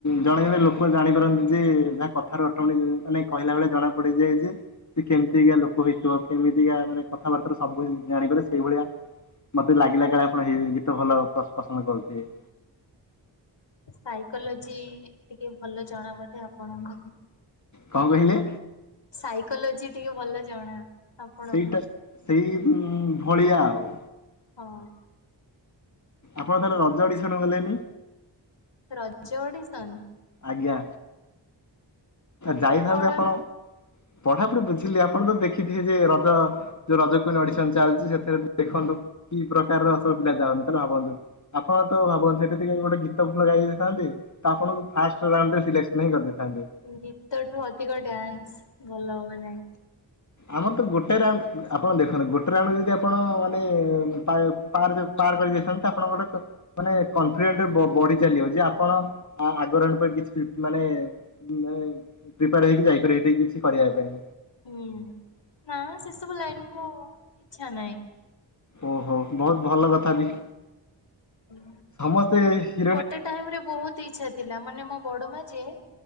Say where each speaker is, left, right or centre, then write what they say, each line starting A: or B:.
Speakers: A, on the left; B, on the left.
A: ଜଣେ ଜଣେ ଲୋକ ଜାଣିପାରନ୍ତି ଯେ ଯାହା କଥାରେ ଅଟମେଟିକ୍ ନାଇଁ କହିଲା ବେଳେ ଜଣା ପଡିଯ ଯେ ସେ କେମିତିକା ଲୋକ ହେଇଥିବ କେମିତିକା ମାନେ କଥାବାର୍ତ୍ତାରେ ସବୁ ଜାଣିପାରେ ସେଇଭଳିଆ ମତେ ଲାଗିଲା କାଳେ ଆପଣ <unintelligible> ଗୀତ ଭଲ ପସନ୍ଦ କରୁଥିବେ।
B: ସାଇକୋଲୋଜି ଟିକେ ଭଲ ଜଣା ବୋଧେ ଆପଣଙ୍କ?
A: କଣ କହିଲେ?
B: ସାଇକୋଲୋଜି ଟିକେ ଭଲ ଜଣା। ଆପଣଙ୍କୁ
A: ସେଇଟା ସେଇ ଭଳିଆ ଆଉ।
B: ହଁ ଅଁ।
A: ଆପଣ ତାହଲେ ରଜ ଅଡିଶନ ଗଲେନି?
B: ରଜ ଅଡ଼ିସନ?
A: ଆଜ୍ଞା।
B: ଏଇ
A: ଯାଇଥାନ୍ତେ
B: ପଢା
A: ଆପଣ ପଢାପଢି ବୁଝିଲେ ଆପଣ ତ ଦେଖିଥିବେ ଯେ ରଜ ଯୋଉ ରଜ କୁଇନ ଅଡିସନ ଚାଲିଚି ସେଥିରେ ଦେଖନ୍ତୁ କି ପ୍ରକାର ର ସବୁ ପିଲା ଯାଆନ୍ତି ତାହାଲେ ଭାବନ୍ତୁ ଆପଣ ତ ଭାବନ୍ତି ସେଠି ଟିକେ ଗୋଟେ ଗୀତ ଭଲ ଗାଇ ଦେଇ ଦେଇଥାନ୍ତି ତ ଆପଣଙ୍କୁ ଫାଷ୍ଟ ରାଉଣ୍ଡ ରେ ସିଲେକ୍ସନ ହିଁ କରିଦେଇଥାନ୍ତେ।
B: ଗୀତଠୁ ଅଧିକ ଡ୍ୟାନ୍ସ ଭଲ ହୁଏ ନାହିଁ।
A: ଆମର ତ ଗୋଟେ ରାଉଣ୍ଡ ମା ଆପଣ ଦେଖନ୍ତୁ ଗୋଟେ ରାଉଣ୍ଡ ଯଦି ଆପଣ ମାନେ ପା ପାର ପାର କରିଯାଇଥାନ୍ତେ ଆପଣ କ ମାନେ କନଫିଡେଣ୍ଟ ରେ ବଢି ଚାଲିବ ଯେ ଆପଣ ଆଗର କିଛି ମାନେ ନାଇଁ ପ୍ରିପାର ହେଇକି ଯାଇପାରିବ ହେଠି କିଛି କରିବା ପାଇଁ
B: ହୁଁ ନା ସେ ସବୁ ଲାଇନ କୁ ଇଚ୍ଛା ନାହିଁ।
A: ଓହୋ ବହୁତ ଭଲ କଥା ବି।
B: ହୁଁ।
A: ସମସ୍ତେ ହି
B: ଗୋଟେ ଟାଇମ ରେ ବହୁତ ଇଛା ଥିଲା ମାନେ ମୋ ବଡ ମା ଯିଏ